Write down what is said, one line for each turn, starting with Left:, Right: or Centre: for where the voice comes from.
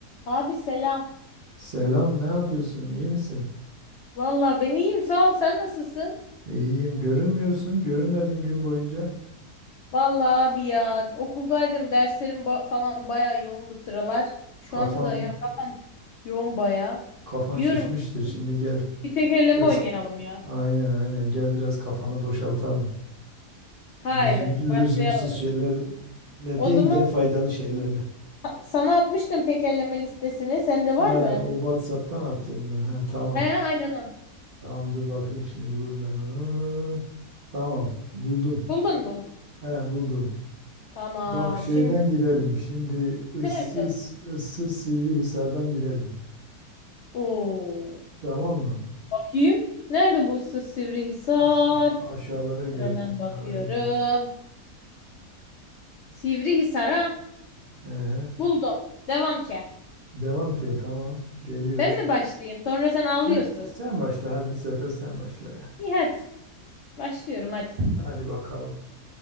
Left: Abi selam.
Right: Selam, ne yapıyorsun? İyi misin?
Left: Valla ben iyiyim sağ ol sen nasılsın?
Right: E, İyiyim. Görünmüyorsun. Görünmedin gün boyunca.
Left: Valla abi ya okuldaydım derslerim ba- falan baya yoğun bu sıralar. Şu
Right: Kafan
Left: anda da yani kafam yoğun baya.
Right: kafan
Left: Diyorum
Right: şişmiştir.
Left: ki
Right: Şimdi gel
Left: bir tekerleme
Right: biraz
Left: oynayalım ya.
Right: aynen aynen gel biraz kafanı boşaltalım.
Left: Haydi
Right: Lüzum,
Left: başlayalım.
Right: lüzumsuz şeylerle
Left: hadi. O
Right: değil
Left: zaman
Right: de faydalı şeylerle.
Left: a- sana atmıştım tekerleme listesini. Sende var
Right: He,
Left: mı?
Right: o WhatsApp'tan attın mı? He, tamam.
Left: He aynen o.
Right: Tamam dur bakayım şimdi bulurum ben onu. Tamam buldum.
Left: Buldun mu?
Right: He, buldum.
Left: Tamam
Right: Bak şeyden
Left: şimdi
Right: girelim. Şimdi ıssız
Left: nerede?
Right: ıssız Sivrihisar'dan girelim.
Left: Oo,
Right: Tamam mı?
Left: bakayım. Nerede bu ıssız Sivrihisar?
Right: Siz Aşağılara gel,
Left: Hemen
Right: aşağılara
Left: bakıyorum.
Right: gel.
Left: Sivrihisar'a
Right: Ehe.
Left: buldum. Devam ke.
Right: Devam ki tamam. Geliyor.
Left: Ben mi başlayayım? Sonra sen ağlıyorsun.
Right: Sen, sen başla hadi bu sefer sen başla ya.
Left: İyi hadi. Başlıyorum hadi.
Right: Hadi bakalım.